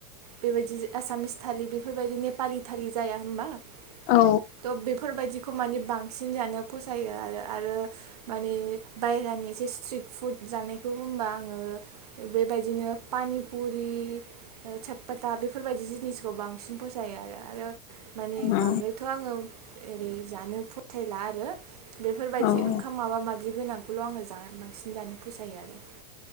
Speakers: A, on the right; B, on the left.
A: बेबायदि एसामिस थालि बेफोरबायदि नेपालि थालि जाया होमबा त'
B: औ
A: बेफोरबायदि खौ माने बांसिन जानो फसायो आरो आरो माने बायहेरानि एसे स्ट्रिट फुड जानायखौ होनबा आङो बेबायदिनो पानिपुरि साबपाता बेफोरबायदि जिनिसखौ बांसिन फसायो आरो आरो माने
B: औ
A: बांद्रायथ' आङो ओरै जानो फसायला आरो बेफोरबायदि
B: औ
A: ओंखाम माबा माबि गोनांखौल' आङो बांसिन जानो फसायो आरो